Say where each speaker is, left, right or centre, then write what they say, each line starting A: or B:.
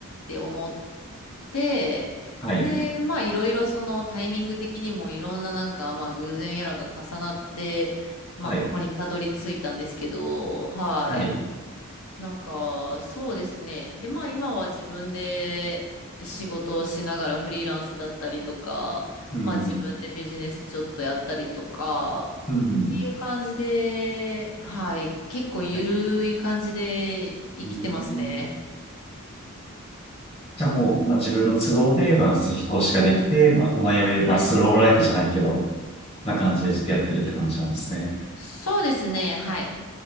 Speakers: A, on the left; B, on the left.
A: て思ってでまあいろいろそのタイミング的にもいろんななんかまあ偶然やらが重なってまあここにたどり着いたんですけどはい
B: はい。はい。はい。
A: なんか、そうですね。で、まあ今は自分で仕事をしながらフリーランスだったりとか、
B: うん。
A: まあ自分でビジネスちょっとやったりとか、
B: うん。
A: っていう感じで、はい、結構ゆるい感じで生きてますね。
B: だうんじゃあもう、まあ、自分の都合で、まあ、引っ越しができて、まあ、マイアミで、
A: はい。
B: まあ、スローライフじゃないけど、な感じでしてやってるって感じなんですね。
A: そうですね、はい。